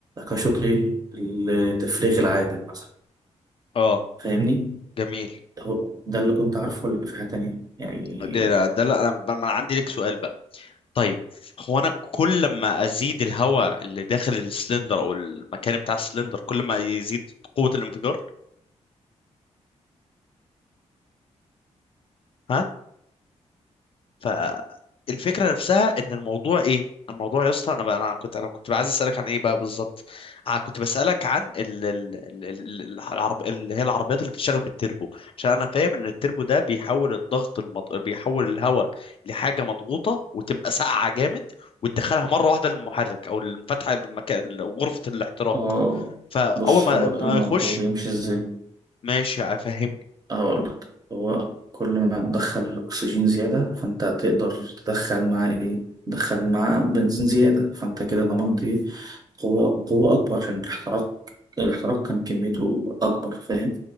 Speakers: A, on the right; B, on the left.
A: كان شوط إيه؟ التفريغ العادل مثلا
B: اه
A: فاهمني؟
B: جميل
A: هو ده اللي كنت عارفه ولا في حاجة تانية؟ يعني
B: ده ده لا انا ما انا عندي لك سؤال بقى طيب هو انا كل ما ازيد الهواء اللي داخل السلندر او المكان بتاع السلندر كل ما يزيد قوة الانفجار ها فالفكرة نفسها ان الموضوع ايه الموضوع يا اسطى انا بقى انا كنت انا كنت عايز اسالك عن ايه بقى بالظبط انا كنت بسالك عن ال... ال... ال... ال... ال- العرب... اللي هي العربيات اللي بتشتغل بالتربو عشان انا فاهم ان التربو ده بيحول الضغط المض... بيحول الهواء لحاجه مضغوطه وتبقى ساقعه جامد وتدخلها مره واحده للمحرك او المفتحه المكان غرفه الاحتراق
A: آه
B: فاول
A: بص
B: ما
A: هو
B: ما
A: الموضوع
B: يخش
A: بيمشي إزاي؟
B: ماشي فهمني
A: هقول لك هو كل ما تدخل أكسجين زيادة فأنت هتقدر تدخل معاه إيه؟ تدخل معاه بنزين زيادة فأنت كده ضمنت إيه؟ قوة قوة أكبر عشان الاحتراق الاحتراق كان كميته أكبر فاهم؟